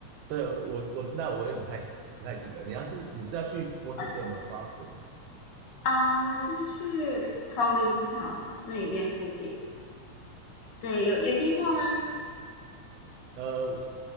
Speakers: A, on the right (about 80°); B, on the left (about 65°).
A: 对，我我知道，我也不太不太记得。你要是你是要去波士顿吗？Boston？OK，
B: 嗯啊、呃我是去 Provincetown 那边附近，对，有有听过吗？
A: 呃，